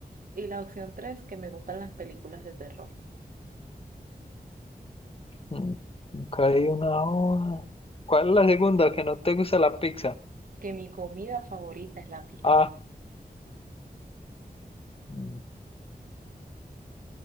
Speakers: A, on the right (about 60°); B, on the left (about 35°).
A: Y la opción tres, que me gustan las películas de terror.
B: Mm, Nunca hay una hoja. ¿Cuál es la segunda? ¿Que no te gusta la pizza?
A: Que mi comida favorita es la pizza.
B: Ah. mm,